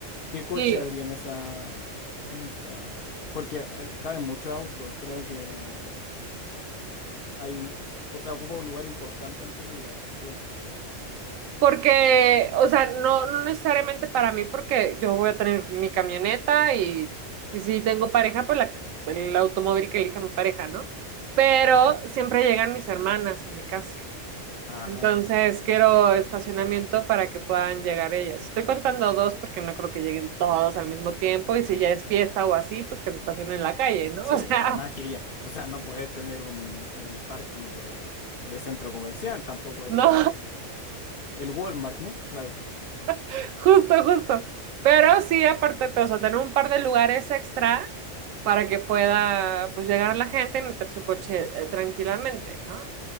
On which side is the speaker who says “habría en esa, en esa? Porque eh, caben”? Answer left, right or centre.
Left